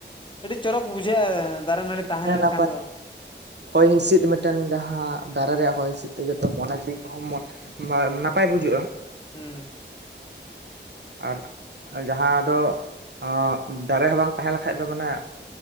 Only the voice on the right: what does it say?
ᱦᱮᱸ
ᱱᱟᱯᱟᱭ᱾
ᱦᱚᱭ ᱦᱤᱥᱤᱫ ᱢᱤᱫᱴᱮᱱ ᱡᱟᱦᱟᱸ ᱫᱟᱨᱮ ᱨᱮᱭᱟᱜ ᱦᱚᱭ ᱦᱤᱥᱤᱫ ᱛᱮᱜᱮ ᱛᱚ ᱢᱚᱱᱮ ᱡᱤᱣᱤ ᱠᱚᱦᱚᱸ ᱢᱚ ᱵᱟ ᱱᱟᱯᱟᱭ ᱵᱩᱡᱷᱟᱹᱜᱼᱟ᱾
ᱟᱨ ᱟ ᱡᱟᱦᱟᱸ ᱫᱚ ᱚᱸᱜ ᱫᱟᱨᱮ ᱦᱚᱸ ᱵᱟᱝ ᱛᱟᱦᱮᱸ ᱞᱮᱠᱷᱟᱡ ᱫᱚ ᱢᱟᱱᱮ